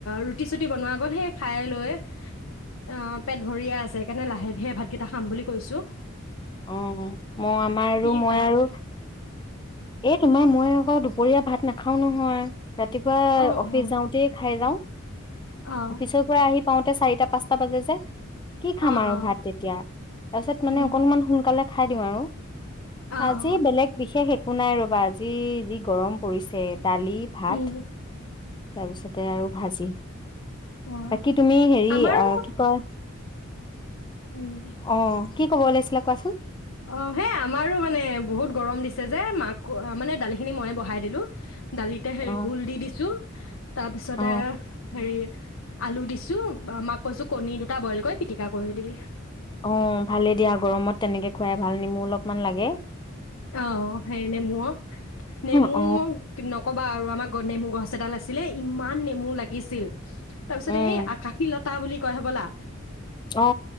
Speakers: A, on the left; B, on the left.
A: ৰুটি চুটি বনোৱা গ'ল সেই খাই লৈ অ পেট ভৰিয়ে আছে সেইকাৰণে লাহে ধীৰে ভাতকেইটা খাম বুলি কৈছো
B: অ মই আমাৰ আৰু
A: কি
B: মই
A: খালা
B: আৰু
A: বা
B: এ তোমাৰ মই আকৌ দুপৰীয়া ভাত নাখাও নহয় ৰাতিপুৱা
A: অ
B: অফিচ
A: অ
B: যাওঁতে খাই যাওঁ
A: অ
B: অফিচৰ পৰা আহি পাওঁতে চাৰিটা পাঁচটা বাজে যে কি খাম
A: অ
B: আৰু
A: অ
B: ভাত তেতিয়া তাৰপিছত মানে
A: উম
B: অকনমান সোনকালে খাই দিওঁ আৰু
A: অ
B: আজি
A: অ
B: বেলেগ বিশেষ এক এক নাই ৰবা আজি যি গৰম পৰিছে দালি ভাত
A: উম
B: তাৰপিছতে আৰু ভাজি
A: অ
B: বাকী তুমি হেৰি
A: আমাৰো
B: আহ কি কয়
A: উম
B: অ কি ক'ব ওলাইছিলে কোৱাচোন
A: অ সেই আমাৰো মানে বহুত গৰম দিছে যে মাক মানে দালিখিনি মইে বহাই দিলো দালিতে হেৰি
B: অ।
A: ভোল দি দিছো তাৰপিছতে
B: অ
A: হেৰি আলু দিছো মাক কৈছো কণী দুটা বইল কৰি পিটিকা কৰি দিবি
B: অ ভালে দিয়া গৰমত তেনেকে খুৱাই ভাল নেমু অলপমান লাগে
A: অ সেই নেমু অ নেমু
B: অ
A: নকব বা আৰু আমাৰ নেমু গছ এডাল আছিলে ইমান নেমু লাগিছিল তাৰপিছত
B: উম
A: এই আকাশী লত তাৰ বুলি কয় হ বলা
B: অ